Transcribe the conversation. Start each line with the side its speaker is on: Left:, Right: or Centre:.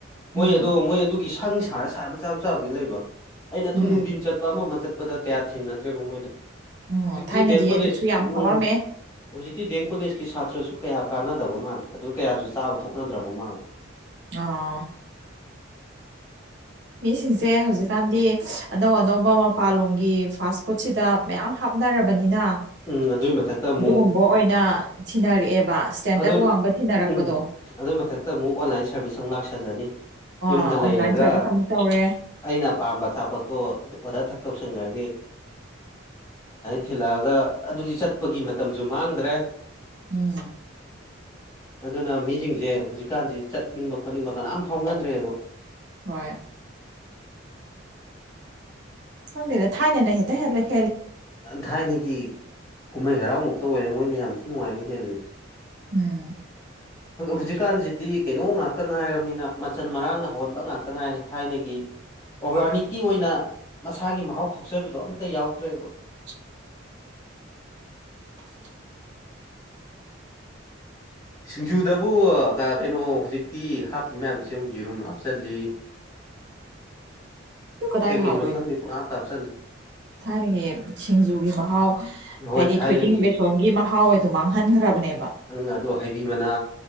Left: ꯃꯣꯏ
Right: ꯎꯝ
Left: ꯑꯗꯣ ꯃꯣꯏ ꯑꯗꯨꯒꯤ ꯁꯪ ꯁꯥꯔ ꯁꯥꯔ ꯃꯆꯥ ꯃꯆꯥꯕꯨꯗꯤ ꯂꯩꯕ ꯑꯩꯅ ꯑꯗꯨꯝ
Right: ꯎꯝ
Left: ꯅꯨꯡꯊꯤꯟ ꯆꯠꯄ ꯑꯃ ꯑꯃ ꯆꯠꯄꯗ ꯀꯌꯥ ꯊꯦꯡꯅꯗ꯭ꯔꯦꯕ ꯃꯣꯏꯗꯣ
Right: ꯎꯝ
Left: ꯍꯧꯖꯤꯛꯇꯤ
Right: ꯊꯥꯏꯅꯗꯤ
Left: ꯗꯦꯦꯝ ꯀꯣꯂꯦꯖ
Right: ꯑꯗꯨꯁꯨ ꯌꯥꯝ ꯐꯝꯃꯝꯃꯦ
Left: ꯎꯝ ꯍꯧꯖꯤꯛꯇꯤ ꯗꯤ ꯑꯦꯝ ꯀꯣꯂꯦꯖꯀꯤ ꯁꯥꯇ꯭ꯔꯁꯨ ꯀꯌꯥ ꯀꯥꯟꯅꯗꯕ ꯃꯥꯜꯂꯤ ꯑꯗꯨ ꯀꯌꯥꯁꯨ ꯆꯥꯕ ꯊꯣꯛꯅꯗ꯭ꯔꯕ ꯃꯥꯜꯂꯤ
Right: ꯑꯥ ꯃꯤꯁꯤꯡꯁꯦ ꯍꯧꯖꯤꯛꯀꯥꯟꯗꯤ ꯑꯅꯧ ꯑꯅꯧꯕ ꯃꯄꯥꯥꯟꯂꯣꯝꯒꯤ ꯐꯥꯁ ꯐꯨꯗꯁꯤꯗ ꯃꯌꯥꯝ ꯍꯥꯞ ꯈꯣꯠꯅꯔꯕꯅꯤꯅ
Left: ꯎꯝ ꯑꯗꯨꯏ ꯃꯊꯛꯇ ꯑꯃꯨꯛ
Right: ꯑꯗꯨꯒꯨꯝꯕ ꯑꯣꯏꯅ ꯊꯤꯅꯔꯛꯑꯦꯕ ꯏꯁꯇꯦꯟꯗꯔꯠ
Left: ꯑꯗꯨ
Right: ꯋꯥꯡꯕ ꯊꯤꯅꯔꯛꯄꯗꯣ
Left: ꯎꯝ ꯑꯗꯨꯏ ꯃꯊꯛꯇ ꯑꯃꯨꯛ ꯑꯣꯟꯂꯥꯏꯟ ꯁꯥꯔꯚꯤꯁ ꯑꯃꯨꯛ ꯂꯥꯛꯁꯜꯂꯅꯤ
Right: ꯑ
Left: ꯌꯨꯝꯗ
Right: ꯑꯣꯟꯂꯥꯏꯟ
Left: ꯂꯩꯔꯒ
Right: ꯁꯔꯚꯤꯁꯁ ꯑꯃꯨꯛꯛꯇ ꯇꯔꯦ
Left: ꯑꯩꯅ ꯄꯥꯝꯕ ꯑꯆꯥꯄꯣꯠꯇꯣ ꯑꯣꯗꯔꯛ ꯇꯧꯁꯟꯈ꯭ꯔꯅꯤ ꯊꯤꯜꯂꯛꯑꯒ ꯑꯗꯨꯗꯤ ꯆꯠꯄꯒꯤ ꯃꯇꯝꯁꯨ ꯃꯥꯡꯗ꯭ꯔꯦ
Right: ꯎꯝ
Left: ꯑꯗꯨꯅ ꯃꯤꯁꯤꯡꯁꯦ ꯍꯧꯖꯤꯛꯀꯥꯟꯁꯦ ꯆꯠꯅꯤꯡꯕ ꯈꯣꯠꯅꯤꯡꯕ ꯀꯅꯥꯝ ꯐꯥꯎꯅꯗ꯭ꯔꯦꯕ
Right: ꯍꯣꯏ ꯊꯪꯗꯦꯒ ꯊꯥꯏꯅꯅꯦꯍꯦꯇ ꯍꯂ ꯂꯩ
Left: ꯊꯥꯏꯅꯒꯤ ꯀꯨꯝꯍꯩ ꯍꯔꯥꯎꯃꯛꯇ ꯑꯣꯏꯔꯦ ꯃꯣꯏꯅ ꯌꯥꯝ ꯊꯤ ꯅꯨꯡꯉꯥꯏꯕ ꯍꯦꯜꯂꯤꯗ
Right: ꯎꯝ
Left: ꯍꯧꯖꯤꯛꯀꯥꯟꯁꯤꯗꯤ ꯀꯩꯅꯣ ꯉꯥꯛꯇ ꯉꯥꯏꯔꯕꯅꯤꯅ ꯃꯆꯜ ꯃꯔꯥꯡꯅ ꯍꯧꯣꯟꯕ ꯉꯥꯛꯇ ꯉꯥꯏꯔꯦ ꯊꯥꯏꯅꯒꯤ ꯑꯣꯔꯒꯥꯅꯤꯛꯀꯤ ꯑꯣꯏꯅ ꯃꯁꯥꯒꯤ ꯃꯍꯥꯎ ꯊꯣꯛꯆꯕꯤꯗꯣ ꯑꯝꯇ ꯌꯥꯎꯗ꯭ꯔꯦꯕ
Right: <unintelligible>
Left: ꯁꯤꯡꯖꯨꯗꯕꯨ ꯀꯩꯅꯣ ꯍꯧꯖꯤꯛꯇꯤ ꯍꯥꯞꯄꯤ ꯃꯌꯥꯝꯁꯦ ꯑꯃꯨꯛ ꯌꯦꯔꯨꯝ ꯍꯥꯞꯆꯤꯜꯂꯤ
Right: ꯑꯗꯨ ꯀꯗꯥꯏ
Left: ꯀꯩ ꯀꯩꯅꯣ
Right: ꯍꯥꯎꯗꯣꯏꯅꯣ
Left: ꯈꯪꯗꯦ ꯄꯍꯥꯞ ꯇꯥꯞ ꯆꯠꯂꯁꯤ
Right: <unintelligible> ꯊꯥꯏꯅꯒꯤ ꯁꯤꯡꯖꯨꯒꯤ ꯃꯍꯥꯎ ꯍꯥꯏꯗꯤ
Left: ꯍꯣꯏ ꯊꯥꯏꯅꯒꯤ
Right: ꯊꯣꯏꯗꯤꯡ ꯕꯦꯁꯣꯟꯒꯤ ꯃꯍꯥꯎꯗꯣ ꯃꯥꯡꯍꯟꯈ꯭ꯔꯕꯅꯦꯕ
Left: ꯅꯪ ꯑꯗꯣ ꯍꯩꯕꯤ ꯃꯅꯥ